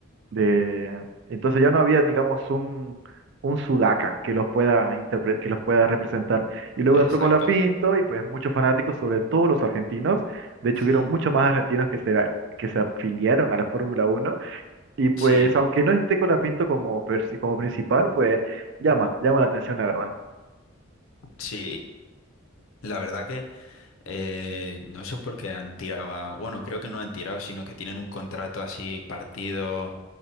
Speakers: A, on the right; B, on the left.
A: de, entonces ya no había, digamos, un, un sudaca que los pueda interpre- que los pueda representar. Y luego
B: exacto.
A: entró Colapinto y pues muchos fanáticos, sobre todo los argentinos, de hecho hubieron
B: Mm,
A: muchos más argentinos que se, que se afiliaron a la Fórmula Uno. Y pues,
B: Sí,
A: aunque no esté Colapinto como, persi- como principal, pues llama, llama la atención, la verdad.
B: sí. Y la verdad que eh, no sé por qué han tirado, a- bueno, creo que no han tirado, sino que tienen un contrato así partido.